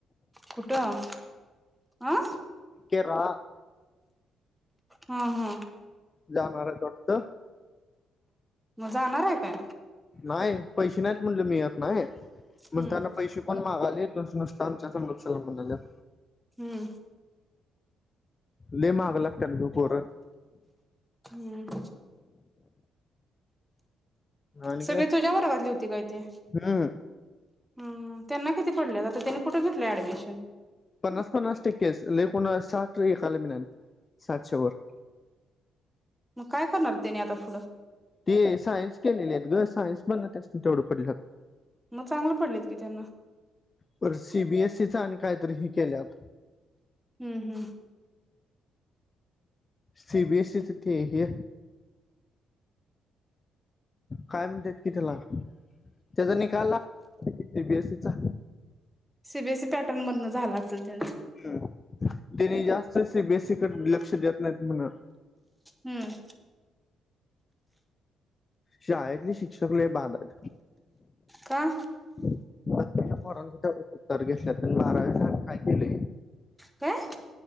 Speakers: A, in the centre; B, on the left.
A: कुठं? अं....
B: केरळा
A: हं हं
B: जाणार यात वाटतं..
A: मग जाणार आहे... काय
B: नाही पैसे नाहीत म्हणटल मी येत नाय..... मग
A: हम्म
B: त्यांना पैसे पण मागाल.. तेच नसतं आमच्या संग चल म्हणाल्यात?
A: हम्म
B: लै माग ला <unintelligible> पोर....
A: हम्म
B: आणि
A: सगळी
B: काय
A: तुझ्यावर वाजली होती काय ते?
B: हम्म
A: हम्म त्यांना किती पडले आता त्यांनी कुठून घेतलं ऍडमिशन....
B: पन्नास पन्नास टक्के लै कोणाला साठ ऐकला बी नाय साठ च्या वर....
A: मग काय करणार त्यानी आता पुढं?
B: ते सायन्स केलेले येत ग सायन्स पण त्यासनी तेवढं पडल्यात
A: मग चांगलं पडलेत की त्यांना
B: बरं सीबीएसईचा आणि..... काहीतरी ही केल्यात...
A: हम्म हम्म...
B: सी बी एस ई चे ते हे काय म्हणतेत कि त्याला? त्याचा निकाल ला सीबीएसईचा.
A: सीबीएसी पॅटर्न मधनं झाला असेल त्यांचं...
B: हम्म त्यांनी जास्त सि बी एस सी कड लक्ष देत नाहीत म्हण.....
A: हम्म
B: शाळेेतली शिक्षक लै बाधड...
A: का
B: दहावी च्या पोरांचा तेवढ उत्तर घेतला त्यांनी काय केले
A: काय